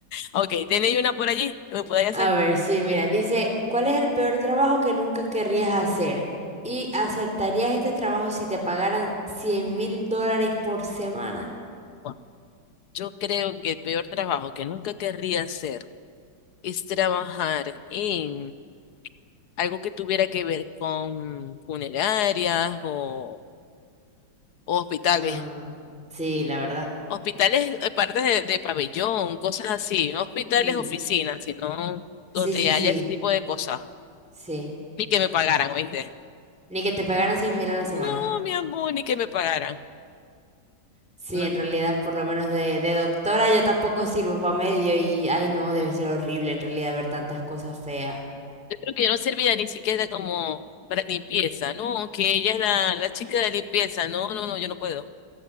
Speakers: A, on the left; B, in the centre.
A: Ok, ¿tenéis una por allí que me podáis
B: A
A: hacer?
B: ver, sí, mira, dice, ¿cuál es el peor trabajo que nunca querrías hacer? ¿Y aceptarías este trabajo si te pagaran cien mil dólares por semana?
A: Bueno, yo creo que el peor trabajo que nunca querría hacer es trabajar en algo que tuviera que ver con funerarias o, o hospitales.
B: Ah, sí, la verdad.
A: Hospitales, eh, partes de, de pabellón, cosas así. No hospitales,
B: Mm,
A: oficinas, sino donde
B: Sí, sí,
A: haya
B: sí,
A: ese tipo de cosas.
B: sí.
A: Ni que me pagaran, ¿oíste?
B: Ni que te pagaran cien mil a la semana.
A: No, mi amor, ni que me pagaran.
B: Sí,
A: No.
B: en realidad, por lo menos de, de doctora, yo tampoco sirvo para medio y, ay, no, debe ser horrible en realidad ver tantas cosas feas.
A: Yo creo que yo no servía ni siquiera como para limpieza. No, que ella es la, la chica de limpieza. No, no, no, yo no puedo.